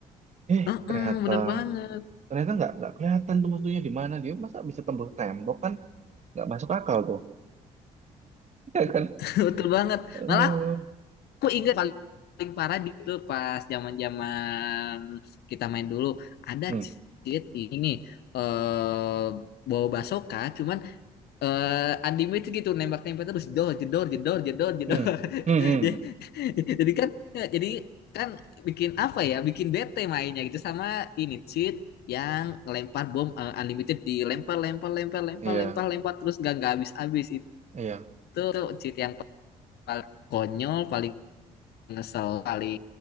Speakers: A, on the right (about 40°); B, on the left (about 70°).
A: Eh
B: Heeh,
A: ternyata
B: bener banget.
A: ternyata nggak nggak kelihatan tuh musuhnya di mana dia. Masa bisa tembus tembok kan? Nggak masuk akal tuh. <laughs> Iya kan?
B: <laughs> Betul banget.
A: Aduh.
B: Malah aku ingat paling paling parah itu pas zaman-zaman kita main dulu ada
A: Hmm.
B: cheat ini eh bawa basoka cuman eh unlimited gitu nembak-nembak terus jedor jedor jedor jedor jedor
A: Hmm.
B: <laughs>
A: Hmm.
B: jadi
A: hmm.
B: jadi kan ya, jadi kan bikin apa ya bikin bete mainnya gitu sama ini cheat yang lempar bom eh, unlimited dilempar lempar lempar lempar
A: Iya.
B: lempar lempar terus gak nggak habis habis itu,
A: Iya.
B: itu cheat yang paling konyol paling ngesel paling